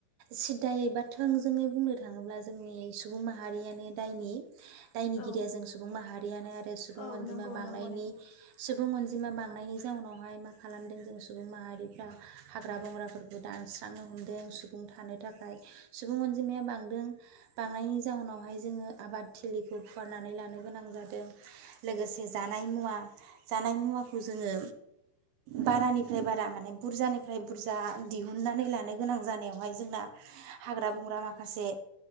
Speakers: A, on the right (about 75°); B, on the left (about 70°).
A: सिदायै बा थोंजोङै बुंनो थाङोब्ला जोंनि सुबुं माहारियानो दायनि दायनिगिरिया
B: औ
A: जों सुबुं माहारियानो आरो सु बुं
B: औ
A: अनजिमा
B: नंगौ
A: बांनायनि
B: नंगौ नों
A: सुबुं अनजिमा बांनायनि जाउनावहाय मा खालामदों जों सुबुं माहारिफ्रा हाग्रा बंग्राफोरखौ दानस्रांनो हमदों सुबुं थानो थाखाय सुबुं अनजिमाया बांदों बांनायनि जाउनावहाय जोङो आबाद थिलिखौ फुवारनानै लानो गोनां जादों। लोगोसे जानाय मुवा जानाय मुवाखौ जोङो बारानिफ्राय बारा माने बुरजानिफ्राय बुरजा दिहुननानै लानो गोनां जानायावहाय जोंना हाग्रा बंग्रा माखासे